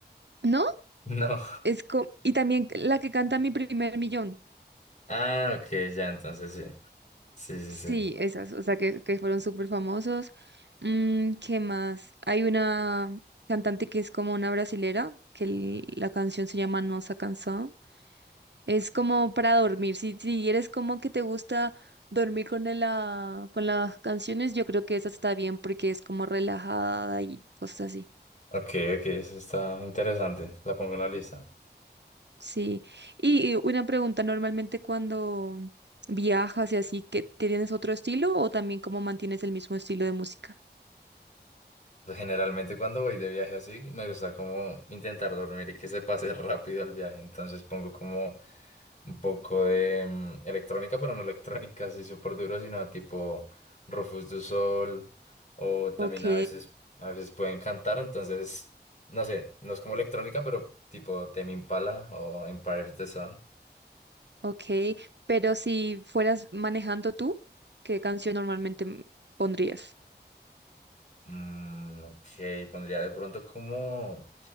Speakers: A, on the right; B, on the left.
A: ¿No?
B: No.
A: Es co- y también la que canta Mi primer millón.
B: Ah, ok, ya, entonces sí. Sí, sí,
A: Sí,
B: sí.
A: esas, o sea, que, que fueron súper famosos. Mm, ¿qué más? Hay una cantante que es como una brasilera, que el- la canción se llama No se ha cansado. Es como para dormir. Si, si eres como que te gusta dormir con el- la, con las canciones, yo creo que esa está bien porque es como relajada y cosas así.
B: Ok, ok, eso está interesante. La pongo en la lista.
A: Sí. Y, y una pregunta, normalmente cuando viajas y así, ¿qué, tienes otro estilo o también cómo mantienes el mismo estilo de música?
B: Pues, Generalmente cuando voy de viaje así, me gusta como intentar dormir y que se pase <laughs> rápido el viaje. Entonces pongo como un poco de mm, electrónica, pero no electrónica así súper duro, sino tipo Rufus du Sol o también
A: Ok,
B: a veces, a veces pueden cantar. Entonces, no sé, no es como electrónica, pero tipo Tame Impala o Empire of the Sun.
A: ok. Pero si fueras manejando tú, ¿qué canción normalmente mm, pondrías?
B: Mm, ok, pondría de pronto como,